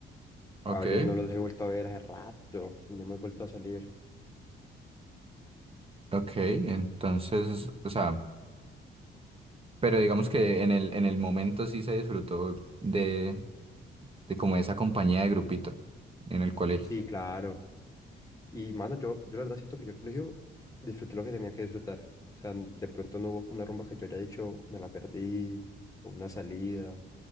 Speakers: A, on the right; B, on the left.
A: Ok,
B: A varios no los he vuelto a ver hace rato y no hemos vuelto a salir.
A: ok, entonces, o sea, pero digamos que en el, en el momento sí se disfrutó de, de como esa compañía de grupito en el colegio.
B: Sí, claro. Y mano, yo, yo la verdad siento que yo el colegio disfruté lo que tenía que disfrutar. O sea, de pronto no hubo una rumba que yo haya dicho, me la perdí, o una salida.